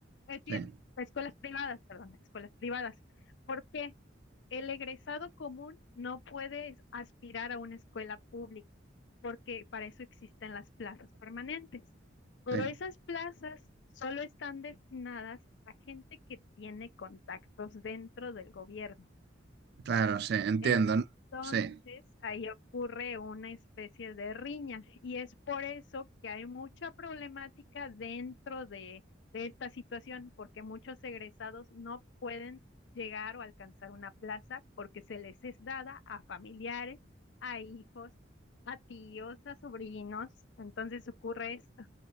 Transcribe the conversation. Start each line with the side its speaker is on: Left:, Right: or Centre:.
Left: eh, tie-
Right: sí,
Left: escuelas privadas, perdón, escuelas privadas, porque el egresado común no puede es- aspirar a una escuela pública, porque para eso existen las plazas permanentes. Pero
Right: sí,
Left: esas plazas solo están destinadas a gente que tiene contactos dentro del gobierno.
Right: claro, sí, entiendo,
Left: Entonces,
Right: sí.
Left: ahí ocurre una especie de riña y es por eso que hay mucha problemática dentro de, de esta situación, porque muchos egresados no pueden llegar o alcanzar una plaza porque se les es dada a familiares, a hijos, a tíos, a sobrinos. Entonces ocurre esto.